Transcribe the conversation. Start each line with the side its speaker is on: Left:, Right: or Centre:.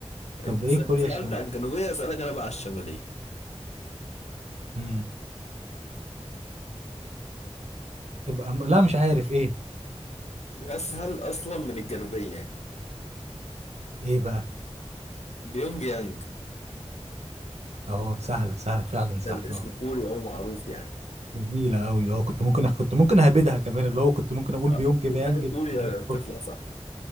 Right: طب
Left: انت
Right: ايه
Left: س-
Right: كوريا
Left: سألت
Right: الشمالية
Left: عن الجنوبية اسألك انا بقى على الشمالية
Right: امم تبقى م... لا مش عارف ايه
Left: أسهل أصلا من الجنوبية
Right: ايه بقى
Left: بيونج يانج
Right: اهو سهلة سهلة فعلا سهلة
Left: ده الاسم
Right: اه
Left: كوري أو معروف يعني
Right: جميلة قوي اه كنت ممكن أخ... كنت ممكن اهبدها كمان اللي هو كنت ممكن اقول
Left: أه،
Right: بيونج بيانج
Left: أي حاجة
Right: بتيجي
Left: كوريا
Right: بالصدفة
Left: تطلع صح